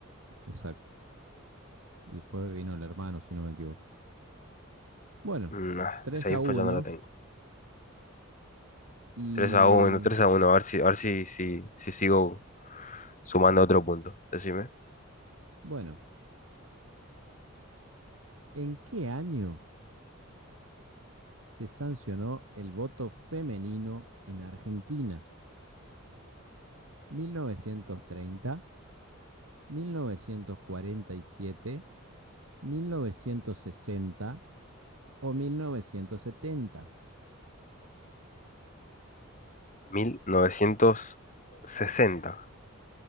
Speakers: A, on the right; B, on the left.
A: exacto. Y después vino el hermano, si no me equivoco. Bueno,
B: Mm, ah,
A: tres
B: esa info
A: a uno
B: ya no la tengo.
A: Y
B: tres a uno 3 a uno a ver si, a ver si, si, si sigo sumando otro punto. Decime.
A: bueno, ¿en qué año se sancionó el voto femenino en Argentina? ¿Mil mil novecientos novecientos treinta, mil novecientos cuarenta y siete, mil novecientos sesenta o 1970?
B: mil novecientos sesenta